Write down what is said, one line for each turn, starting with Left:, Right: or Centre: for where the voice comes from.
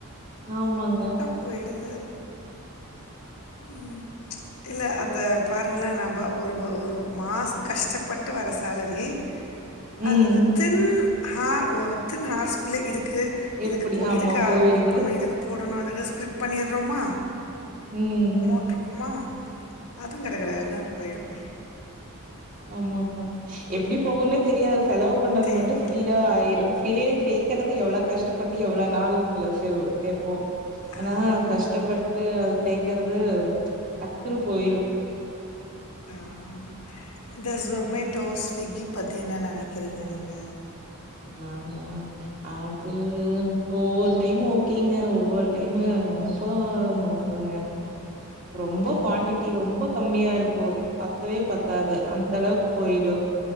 Right: ஆமாங்க
Left: போய்டுது ம் இல்ல அந்த பாருங்களன் நான் பா ஒரு ஒரு மாசோ கஷ்டப்பட்டு வர சேலரி
Right: ம்.
Left: அது வித்தின் ஹார் ஓ வித் தின் ஹார்ஸ் குள்ள இருக்கு இதுக்கு
Right: எப்படி?
Left: போ
Right: ஆமா
Left: இதுக்கு
Right: போயிடுது.
Left: அமௌண்ட் பண்ணணு இதுக்கு போடணும் அதுக்கு ஸ்பிளிட் பண்ணடுறோமா
Right: ம் ம்
Left: க்குமா அதுவும் கடக கடனு போய்ரும்
Right: ஆமா ஆமா எப்டி போகும்னே தெரியாது செலவு பண்ணது
Left: தெரியல.
Right: மட்டும் ஸ்பீடா ஆயிரும் சே சேர்க்கறது எவ்ளோ கஷ்டப்பட்டு எவ்ளோ நாள் குள்ள சே சேப்போம் ஆனா
Left: ஆமாமா,
Right: கஷ்டப்பட்டு அத சேக்கறது டக்குன்னு போயிரும் <inaudible>
Left: ஆமாமா, இந்த ஜொமேட்டோ ஸ்விக்கி பத்தி என்ன நெனைக்கிறீங்க நீங்க
Right: நானா அது ஒவ்வொரு டைமு ஓகேங்க ஒவ்வொரு டைமு ரொம்ப மோ வருங்க
Left: ம்
Right: ரொம்ப குவாடிட்டி ரொம்ப கம்மியா இருக்கு பத்துவே பத்தாது அந்தளவுக்கு போயிடு